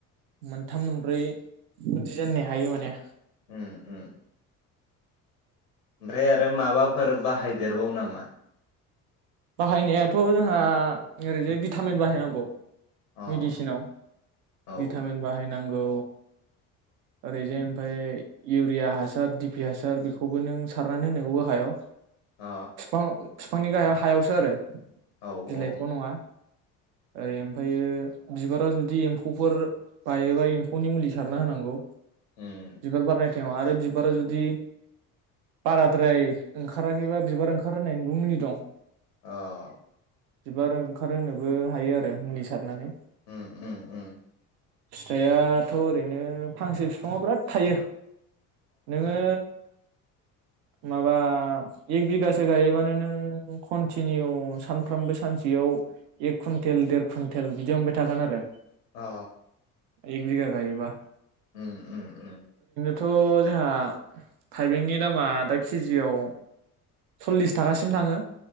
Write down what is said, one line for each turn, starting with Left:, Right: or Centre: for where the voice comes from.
Right: मोनथाम मोनब्रै खोनथेजेननो हायो माने
Left: उम उम ओमफ्राय आरो माबाफोर बाहायदेरबावो नामा?
Right: बाहायनायाथ' जोंहा ओरैजाय भिटामिन बाहायनांगौ
Left: अ
Right: मेडिसिनाव
Left: औ
Right: भिटामिन बाहायनां गौ ओरैजाय ओमफफ्राय इउरिया हासार दिपि हासार बेखौबो नों सारनानै होनांगौ हायाव
Left: अ
Right: फिफां फिफांनि गाहा यावसो आरो
Left: औ
Right: बिलाइथ'
Left: औ
Right: नङा ओरै ओमफायो बिबाराव जुदि एमफौफोर बायोबा एमफौनि मुलि सारना होनांगौ
Left: उम
Right: बिबार बारनाय टाइमाव आरो बिबारा जुदि बाराद्राय ओंखाराखैबा बिबार ओंखार होनायनिबो मुलि दं
Left: औ
Right: बिबार ओंखारहोनोबो हायो आरो मुलि सारनानै
Left: उ उ उ
Right: फिथाइआथ' ओरैनो फांसे फिफाङाव बिराद थायो नोङो माबा एक बिगासो गायोबानो नों कन्टिनिउ सानफ्रामबो सानसेयाव एक कुइन्टेल देर कुइन्टेल बिदि मोनबाय थागोन आरो
Left: अ
Right: एक बिघा गायोबा
Left: उ उ उ
Right: थ' जोंहा थाइबेंनि दामा दा केजियाव सल्लिस थाखासिम थाङो